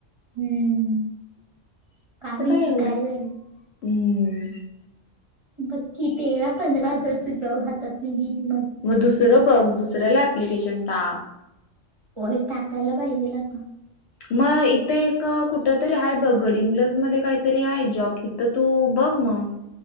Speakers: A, on the right; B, on the left.
A: हम्म, काय
B: तर
A: माहिती
B: एवढं
A: काय झालं.
B: हम्म
A: बघ की, तेरा- पंधरा हजारचा जॉब हातातनं गेली माझ्या.
B: मग दुसरं बघ दुसऱ्याला एप्लीकेशन टाक.
A: होय टाकायला पाहिजेल आता.
B: मग इथे एक कुठं तरी आहे, बघ गडी इंग्लज मध्ये काहीतरी आहे जॉब तिथं तू बघ मग.